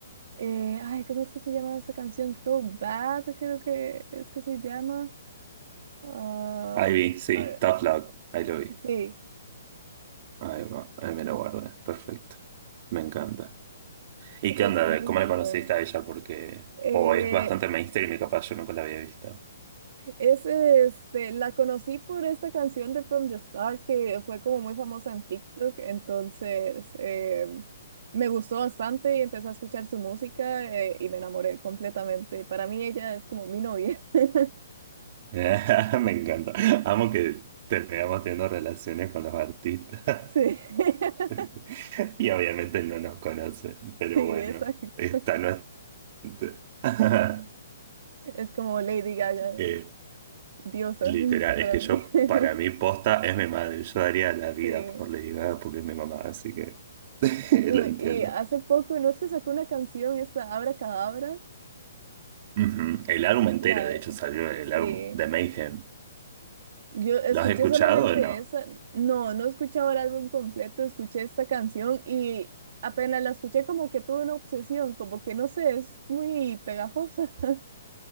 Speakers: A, on the right; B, on the right.
A: Eh, ay, ¿cómo es que se llama esa canción? So Bad, creo que es que se llama. Ah,
B: Ahí vi, sí,
A: a ver,
B: Tough Love, ahí lo vi.
A: sí,
B: Ahí va, ahí me lo guardé, perfecto. Me encanta. ¿Y qué
A: es
B: onda?
A: muy
B: de ¿Cómo la
A: buena.
B: conociste a ella? Porque,
A: Eh,
B: o es bastante mainstream y capaz yo nunca la había visto.
A: es este, la conocí por esta canción de From the Star que fue como muy famosa en TikTok, entonces em, me gustó bastante y empecé a escuchar su música eh, y me enamoré completamente. Para mí ella es como mi novia. <laughs>
B: <laughs> Me encanta. Amo que terminamos teniendo relaciones con los artistas.
A: Sí, <laughs>
B: <laughs> Y obviamente no nos conocen, pero
A: sí,
B: bueno,
A: exacto.
B: está no <laughs>
A: Es como Lady Gaga,
B: Eh,
A: diosa
B: literal,
A: <laughs> para
B: es que yo,
A: mí. <laughs>
B: para mí, posta es mi madre. Yo daría la
A: Sí.
B: vida por Lady Gaga porque es mi mamá, así que <laughs>
A: No,
B: lo entiendo.
A: Y hace poco, no es que sacó una canción, esa Abra Cadabra.
B: Ujú. El álbum entero,
A: La,
B: de hecho, salió el
A: sí.
B: álbum de Mayhem.
A: Yo escuché
B: ¿Lo has escuchado
A: solamente
B: o no?
A: esa. No, no he escuchado el álbum completo, escuché esta canción y apenas la escuché como que tuve una obsesión, como que no sé, es muy pegajosa. <laughs>